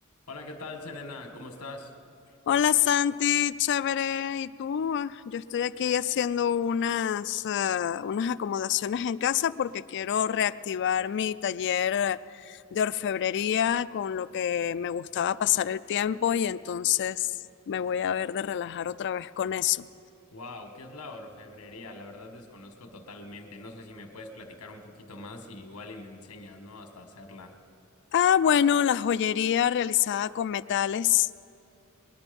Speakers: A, on the left (about 85°); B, on the left (about 55°).
A: Hola, ¿qué tal, Serena? ¿Cómo estás?
B: Hola Santi, chévere. ¿Y tú? Ah, Yo estoy aquí haciendo unas, ah, unas acomodaciones en casa porque quiero reactivar mi taller eh, de orfebrería con lo que me gustaba pasar el tiempo y entonces me voy a ver de relajar otra vez con eso.
A: Wow, ¿qué es la orfebrería? La verdad desconozco totalmente. No sé si me puedes platicar un poquito más y igual y me enseñas, ¿no? Hasta hacerla.
B: Ah, bueno, la joyería realizada con metales.